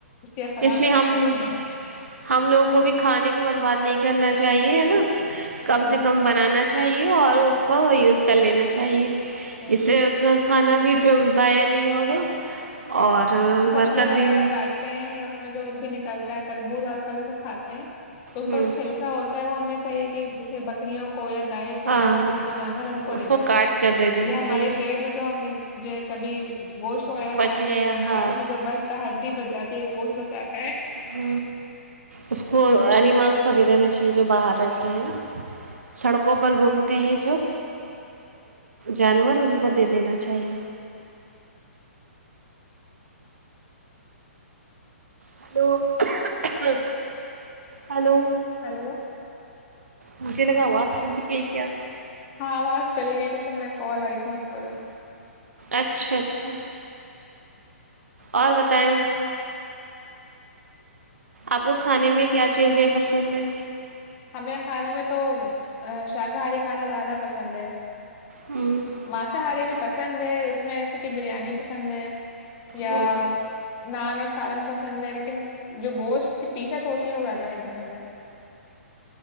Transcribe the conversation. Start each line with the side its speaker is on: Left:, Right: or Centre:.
Left: اخلاق
Right: اس لیے
Left: اچھے
Right: ہم
Left: ہوتے
Right: لو
Left: ہیں
Right: ہم لوگوں کو بھی کھانے کو برباد نہیں کرنا چاہ چاہیے نا کم
Left: صحیح
Right: سے کم بنانا چاہیے اور اس کو یوز کر لینا چاہیے
Left: صحیح
Right: اس سے کھانا بھی ضائع نہیں ہوگا اور برکت
Left: پبزی وغیرہ
Right: بھی ہوگی
Left: کاٹتے ہیں یا اس میں جو بھی نکلتا ہے تربوز اور کرتے سب کھاتے ہیں اس
Right: ہوں
Left: کا چھلکا ہوتا ہے وہ ہمیں چاہیے کہ جیسے بکریوں کو یا گائے کو
Right: ہاں
Left: یا باہر جو جانور ہے ان کو دے
Right: اس
Left: دیں
Right: کاٹ کر دے دینا
Left: یا
Right: چاہیے
Left: ہماراری پیٹ میں جو ہم جو ہے کبھی گوشت وغیرہ
Right: بچ
Left: کھاتے میں
Right: گیا
Left: بنتا
Right: ہاں
Left: ہے اس میں جو بستا ہڈی بجاتی ہے وہ بزات
Right: ہ اس کو اینیملس خریدینا چاہیے جو باہر رہتے ہیں نا سڑکوں پر گھومتے ہیں جو جانور ان کو دے دینا چاہیے ہلو ہ ہیلو
Left: ہلو
Right: مجھے لگا آواز یہ کیا
Left: ہاں باز چلی گئی تھی سر میں کال آئی تھی تھوڑی بت
Right: اچھا اچھا اور بتاؤوں آپ کو کھانے میں کیا چیزیں پسند ہے
Left: ہمیں کھانے میں تو شاکاہاری کھانا زیادہ پسند ہے
Right: ہوں
Left: مانساہاری میں پس پسند ہے اس میں اییسے کہ بریانی پسند ہے یا
Right: ہوں،
Left: <inaudible> نان اور سالن پسند ہے لیکن جو گوشت کی پیسز ہوتی ہیں وہ زیادہ نہیں پسند ہے